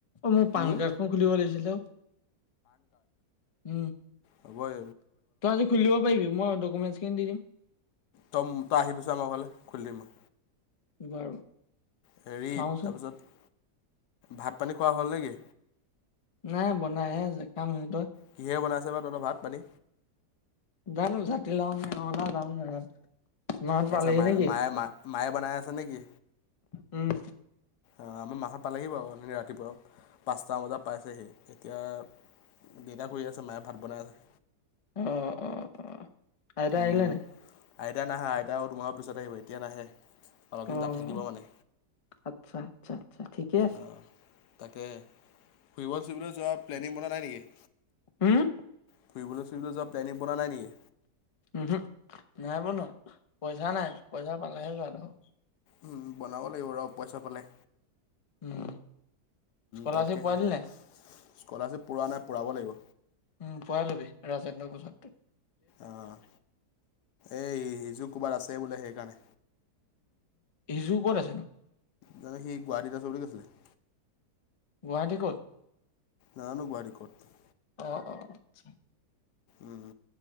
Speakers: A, on the left; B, on the left.
A: অ মোক পান
B: উম
A: কাৰ্ডখন খুলিব লাগিছিলে অ, উম
B: হ'বই।
A: তই আজি খুলি দিব পাৰিবি মই ডকুমেন্ট দি দিম
B: তই তই আহিবি চোন আমাৰ ঘৰলে খুলি দিমই
A: বাৰু।
B: হেৰিত
A: চাওঁচোন
B: তাৰপিছত, ভাত পানী খোৱা হ'ল নেকি?
A: নাই বনাইে আছে কাম সিহঁত,
B: কিহেৰে বনাইছে বা তহঁত ভাত পানী।
A: জানো জাতিলাও নে ৰঙলাও নাজানো। <inaudible>
B: আচ্ছা
A: পালেহি
B: মায়
A: নেকি
B: মায়ে মায়ে বনাই আছে নেকি?
A: উম।
B: অ' আমাৰ মাহত পালেহি বাৰু এ ৰাতিপুৱা পাঁচটাাম বজাত পাইছেহি এতিয়া দেতা শুই আছে মায়ে ভাত বনাই আছে।
A: অ' অ' অ' আইতা
B: উম
A: আহিল নে নাই?
B: আইতা নাই অহা আইতা আৰু দুমাহৰ পিছত আহিব এতিয়া নাহে। অলপ দিন
A: অ'
B: তাত থাকিব মানে
A: আচ্ছা আচ্ছা। ঠিকে আছে
B: অ' তাকে ফুৰিব- ফুৰিবলৈ যোৱা প্লেনিং বনাোৱা নাই নেকি?
A: উম।
B: ফুৰিলৈ- যোৱা প্লেনিং বোৱা নাইেকি <inaudible>
A: উম, নাই বনোৱা। পইচা নাই, পইচা পালোহে যোৱাটো হয়।
B: উম, বনাব লাগিব আৰু পইচা পালে।
A: উম, স্কলাৰশিপ
B: তাকেহে
A: পালি নাই?
B: স্কলাৰশ্বিপ পোৱা নাই পূৰাব লাগিব।
A: উম, পোৱাই লবি ৰাজেন্দ্ৰ পোজাত তোক।
B: অ' এ সিযো ক'বাত আছে বোলে সেইকাৰণে।
A: সিজুক'ত আছে ন।
B: দাদা সি গুৱাহাটীত চৰি কছলে <inaudible>
A: গুৱাহাটী ক'ত?
B: জানো গুৱাহাৰী কত।
A: অ' অ' আচ্ছা।
B: উম,